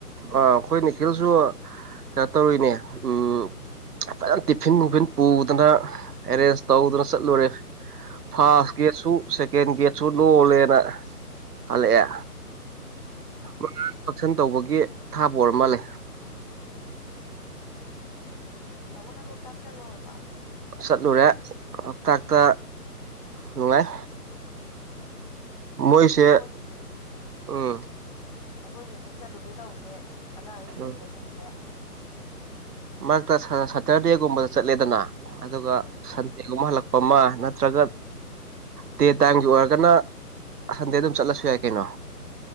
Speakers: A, on the right; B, on the left.
A: ꯑꯥ ꯑꯩꯈꯣꯏ ꯅꯤꯈꯤꯜꯁꯨ ꯀꯩꯅꯣ ꯇꯧꯔꯤꯔꯤꯅꯦ ꯎꯝ ꯐꯖꯅ ꯇꯤꯐꯤꯟ ꯋꯨꯐꯤꯟ ꯄꯨꯗꯅ ꯑꯦꯔꯦꯟꯖ ꯇꯧꯗꯨꯅ ꯆꯠꯂꯨꯔꯦ ꯐꯥꯔꯁ
B: ꯎꯝ
A: ꯒꯦꯠꯁꯨ ꯁꯦꯀꯦꯟ ꯒꯦꯠꯁꯨ ꯂꯣꯜꯂꯦꯅ ꯍꯜꯂꯛꯑꯦ
B: ꯑꯣ
A: ꯃꯥꯡ ꯐꯪꯁꯟ ꯇꯧꯕꯒꯤ ꯊꯥꯕ ꯑꯣꯏꯔ ꯃꯥꯜꯂꯦ
B: ꯇꯥꯃꯅ ꯂꯣꯛ ꯀꯥꯛꯇ ꯂꯔꯕ
A: ꯆꯠꯂꯨꯔꯦ ꯂꯣꯛꯇꯥꯛꯇ ꯅꯨꯡꯉꯥꯏ ꯃꯣꯏꯁꯦ
B: ꯑꯩꯈꯣꯏꯁꯨ
A: ꯎꯝ
B: ꯑꯩꯈꯣꯏꯁꯨ ꯑꯝꯇ ꯆꯠꯂꯨꯒꯦ ꯇꯧꯕꯅꯦ ꯑꯉꯥꯡꯁꯨ ꯁꯨꯇꯤ
A: ꯎꯝ
B: ꯂꯣꯏꯁꯟꯈ꯭ꯔꯦ
A: ꯃꯔꯛꯇ ꯁꯇꯔꯗꯦꯒꯨꯝꯕꯗ ꯆꯠꯂꯦꯗꯅ ꯑꯗꯨꯒ
B: ꯎꯝ
A: ꯁꯟꯗꯦꯒꯨꯝꯕ ꯍꯜꯂꯛꯄ ꯃ ꯅꯠꯇ꯭ꯔꯒ ꯇꯦ ꯇꯝꯒꯤ ꯑꯣꯏꯔꯒꯅ ꯁ ꯁꯟꯗꯦ ꯑꯗꯨꯝ ꯆꯠꯂꯁꯨ ꯌꯥꯏ ꯀꯩꯅꯣ